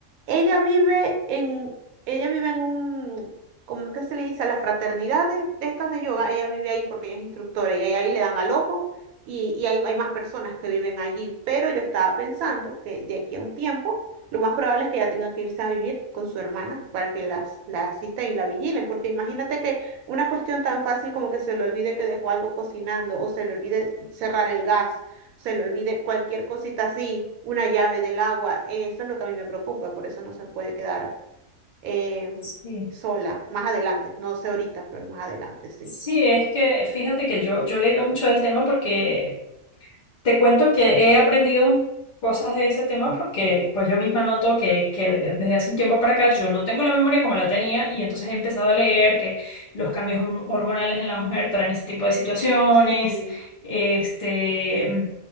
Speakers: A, on the right (about 80°); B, on the left (about 55°).
A: Ella vive en, ella vive en un, ¿cómo que se le dice? A las fraternidades de estas de yoga, ella vive ahí porque ella es instructora y ahí, ahí le dan al ojo y, y hay, hay más personas que viven allí, pero yo estaba pensando que de aquí a un tiempo lo más probable es que ella tenga que irse a vivir con su hermana para que las, la asistan y la vigilen, porque imagínate que una cuestión tan fácil como que se le olvide que dejó algo cocinando o se le olvide cerrar el gas se le olvide cualquier cosita así, una llave del agua, eso es lo que a mí me preocupa, por eso no se puede quedar eh,
B: Sí.
A: sola, más adelante, no sé ahorita, pero más adelante sí.
B: Sí, es que fíjate que yo, yo he leído mucho del tema porque Te cuento que he aprendido cosas de ese tema porque pues yo misma noto que, que desde hace un tiempo para acá yo no tengo la memoria como la tenía y entonces he empezado a leer que los cambios horm- hormonales en la mujer traen ese tipo de situaciones.
A: Sí,
B: Este,